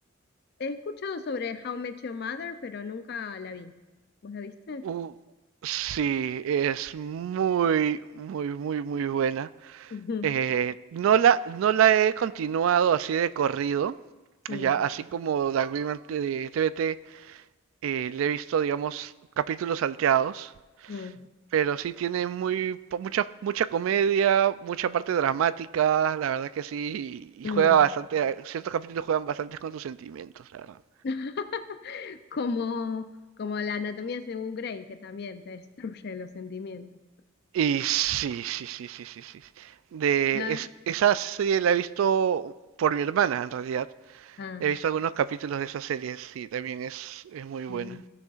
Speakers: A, on the left; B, on the right.
A: he escuchado sobre How I Met Your Mother, pero nunca la vi. ¿Vos la viste?
B: Uh, sí, es muy, muy, muy, muy buena.
A: Ujú,
B: Eh, no la, no la he continuado así de corrido,
A: <laughs>
B: ya,
A: mm,
B: así como Dark Beam de TVT eh, le he visto, digamos, capítulos salteados,
A: mm,
B: pero sí tiene muy, po- mucha, mucha comedia, mucha parte dramática, la verdad que sí, y,
A: mm.
B: juega bastante, eh, ciertos capítulos juegan bastante con tus sentimientos, la verdad.
A: <laughs> Como, como la anatomía según Grey, que también te destruye los sentimientos.
B: Y sí, sí, sí, sí, sí, sí. De,
A: Claro.
B: es- esa serie la he visto por mi hermana, en realidad.
A: Ah.
B: He visto algunos capítulos de esa serie, sí, también es, es muy buena.
A: Ujú.